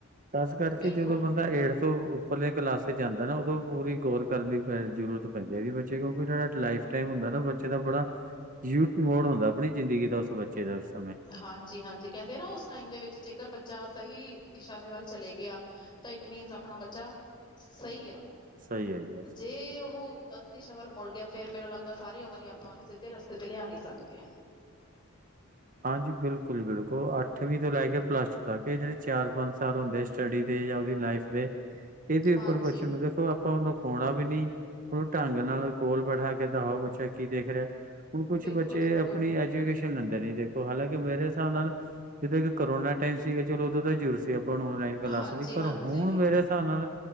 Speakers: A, on the right; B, on the left.
A: ਖਾਸ ਕਰਕੇ
B: ਬਿਲਕੁਲ।
A: ਜਦੋਂ ਬੰਦਾ ਹੇਠ ਤੋਂ ਉੱਪਰਲੇ ਕਲਾਸ ਚ ਜਾਂਦਾ ਨਾ ਉਦੋਂ ਪੂਰੀ ਗੋੌਰ ਕਰਨੀ ਪੈਂਦੀ ਜ਼ਰੂਰਤ ਪੈਂਦੀ ਹੈ ਵੀ ਬੱਚੇ ਕਿਉਂਕਿ ਜਿਹੜਾ ਲਾਈਫ ਟਾਈਮ ਹੁੰ ਨਾ ਬੱਚੇ ਦਾ ਬੜਾ ਯੂਟ ਮੋਡ ਹਦਾ ਆਪਣੀ ਜ਼ਿੰਦਗੀ ਦਾ <unintelligible> ਸੁੱਚੇ ਦਸ <unintelligible>
B: ਹਾਂਜੀ ਹਾਂਜੀ ਕਹਿੰਦੇ ਨਾ ਉਸ ਟਾਈਮ ਦੇ ਵਿੱਚ ਜੇਕਰ ਬੱਚਾ ਸਹੀ ਦਿਸ਼ਾ ਦੇ ਵੱਲ ਚਲੇ ਗਿਆ ਤਾਂ ਇਟ ਮੀਨਸ ਆਪਣਾ ਬੱਚਾ ਸਹੀ ਆ
A: ਸਹੀ ਹੈ ਜੀ ਬਸ
B: ਜੇ ਉਹ ਗ਼ਲਤ ਦਿਸ਼ਾ ਵੱਲ ਮੁੜ ਗਿਆ ਫੇਰ। ਮੈਨੂੰ ਲੱਗਦਾ ਸਾਰੀ ਉਮਰ ਹੀ ਆਪਾਂ ਉਹਨੂੰ ਸਿੱਧੇ ਰਸਤੇ ਤੇ ਲਿਆ ਨਹੀਂ ਸਕਦੇ।
A: ਹਾਂਜੀ ਬਿਲਕੁਲ ਬਿਲਕੁਲ ਅੱਠਵੀਂ ਤੋਂ ਲੈ ਕੇ ਪਲੱਸ ਟੂ ਤੱਕ ਇਹ ਜਿਹੜੇ ਚਾਰ ਪੰਜ ਸਾਲ ਹੁੰਦੇ। ਸਟੱਡੀ ਦੇ ਜਾਂ ਉਹਦੀ ਲਾਈਫ ਦੇ ਇਹਦੇ
B: ਹਾਂਜੀ।
A: ਉਪਰ ਬੱਚੇ ਨੂੰ ਦੇਖੋ ਆਪਾਂ ਉਹਨੂੰ ਖੋਣਾ ਵੀ ਨੀ ਉਹਨੂੰ ਢੰਗ ਨਾਲ ਕੋਲ ਬੈਠਾ ਕੇ ਦਿਖਾਓ ਬੱਚਾ ਕੀ ਦੇਖ ਰਿਹਾ ਹੁਣ ਕੁਛ
B: ਬਿਲਕੁਲ
A: ਬੱਚੇ
B: ਬਿਲਕੁਲ।
A: ਆਪਣੀ ਐਜੂਕੇਸ਼ਨ ਲੈਂਦੇ ਨੀ ਦੇ ਹਾਲਾਂਕਿ ਮੇਰੇ ਹਿਸਾਬ ਨਾਲ ਜਿੱਦਾਂ ਕਿ ਕਰੋਨਾ ਟਾਈਮ ਸੀਗਾ ਚਲੋ ਉਦੋਂ ਦਾ ਜ਼ਰੂਰਤ ਸੀ ਆਪਾਂ ਨੂੰ ਔਨਲਾਈਨ ਕਲਾਸਾਂ
B: ਹਾਂਜੀ
A: ਦੀ। ਪਰ
B: ਹਾਂਜੀ।
A: ਹੁਣ ਮੇਰੇ ਹਿਸਾਬ ਨਾਲ